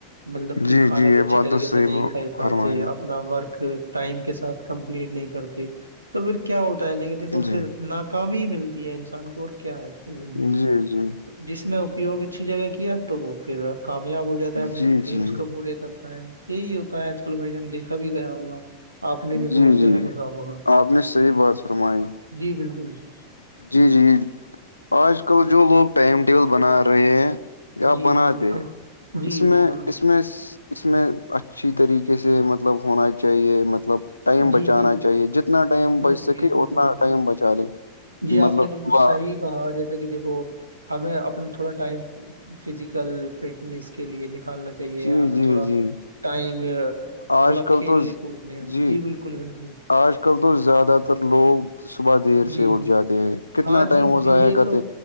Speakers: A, on the right; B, on the left.
A: مطلب کہ
B: جی
A: کھانا
B: جی
A: بھی
B: یہ
A: اچھھی
B: بات
A: طریقے
B: تو صحیح
A: سے نہیں کھا پاتے
B: فرمائی آپ
A: اپنا ورک ٹائم کے ساتھ کمپلیٹ نہیں کرتی تو پھر کیا ہوتا ہے کہ
B: نے
A: دیکھو
B: جی
A: پھر ناکامی ملتی ہے انسان کو اور کیا ہے زندگی
B: جی
A: میں
B: جی
A: جس نے اپیوگ اچھی جگہ کیا تو وہ پھر کامیاب ہو جاتا ہے اپنے
B: جی
A: ڈریمس
B: جی
A: کو پورے کرتے ہوتا ہے یہی ہوتا ہے آج کل بھائی جان دیکھا بھی گیا ہوا آپ نے بھی
B: جی
A: بہت جیاگہ
B: جی
A: دیکھا ہوگا
B: آپ نے صحیح بات فرمائی
A: جی بالکل
B: جی جی آج کل جو لوگ ٹائم ٹیبل بنا رہے ہیں یا
A: جی
B: بنا
A: جی بالکل
B: دے
A: جی
B: اس
A: بالکل
B: میں اس اس میں اس میں اچھی طریقے سے مطلب ہونا چاہیے مطلب ٹائم
A: جی
B: بچانا
A: جی
B: چاہیے جتنا ٹائم بچ سکے
A: جی بالکل
B: اتنا
A: بالکل
B: ٹائم بچ مطلب
A: جی آپ نے بالکل
B: صبح
A: صحیح کہا جیسے کہ دیکھو ہمیں اپنا تھوڑا ٹائم فزیکل فٹنیس کے لیے نکالنا چاہیے چاہیے
B: جی
A: ہمیں
B: جی
A: تھوڑا
B: جی
A: ٹائم
B: آج
A: تھوڑا
B: کل
A: کھیلنے
B: تو
A: کودنے میں
B: جی
A: جی بالکل بالکل
B: آج کل تو زیادہ تر لوگ صبح دیر
A: جی
B: سے اٹھ
A: جی
B: جاتے ہیں کتنا
A: ہاں جی
B: ٹائم وہ ضائع
A: یہ
B: کرتے
A: تو